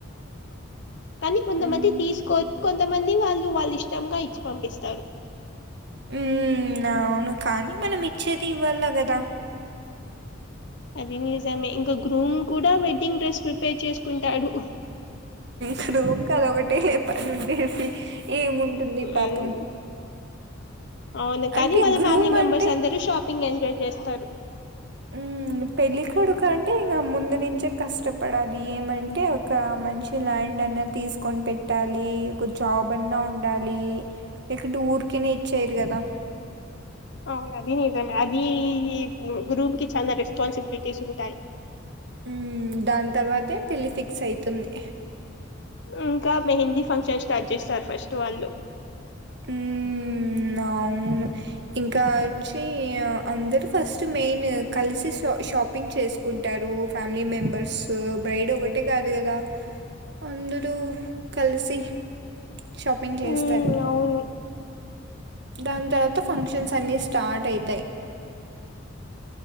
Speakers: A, on the left (about 60°); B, on the right (about 60°).
A: కానీ కొంతమంది
B: మ్మ్
A: తీసుకో కొంతమంది వాళ్ళు వాళ్ళ ఇష్టంగా ఇచ్చి పంపిస్తారు
B: ఉ అవును కానీ మనం ఇచ్చేది ఇవ్వాల కదా
A: అది నిజమే ఇంకా గ్రూమ్ కూడా వెడ్డింగ్ డ్రెస్ ప్రిపేర్ చేసుకుంటాడు
B: గ్రూమ్ కదొకటి లే పనిండేది ఏముంటుంది
A: ఉమ్,
B: పాపం
A: అవును కానీ
B: అంటే
A: వాళ్ళ
B: గ్రూమ్
A: ఫ్యామిలీ మెంబర్స్
B: అంటే
A: అందరు షాపింగ్ ఎంజాయ్ చేస్తారు
B: అ పెళ్ళికొడుకు అంటే ఇంక ముందు నుంచే కష్టపడాలి ఏమంటే ఒక మంచి ల్యాండ్ అన్నది తీసుకొని పెట్టాలి ఒక జాబ్ అన్నా ఉండాలి ఇక్కడ ఊరికనే ఇచ్చేారు కదా
A: అవును అది నిజమే అది గ్రూపు కి చాన రెస్పాన్సిబిలిటీస్ ఉంటాయి
B: మ్ దాని తర్వాతే పెళ్లిి ఫిక్స్ అయితుంది
A: ఇంకా మెహందీ ఫంక్షన్ స్టార్ట్ చేస్తారు ఫస్ట్ వాళ్ళు
B: మ్ అవును ఇంకా వచ్చి అందరు ఫస్ట్ మెయిన్ కలిసిష షాపింగ్ చేసు కుంటారు ఫ్యామిలీ మెంబర్స్ బ్రైడ్ ఒకటే కాదు కదా అందరు కలిసి షాపింగ్ చేస్తారు
A: ఉమ్ అవును
B: దాని తర్వాత ఫంక్షన్స్ అన్ని స్టార్ట్ అవుతాయి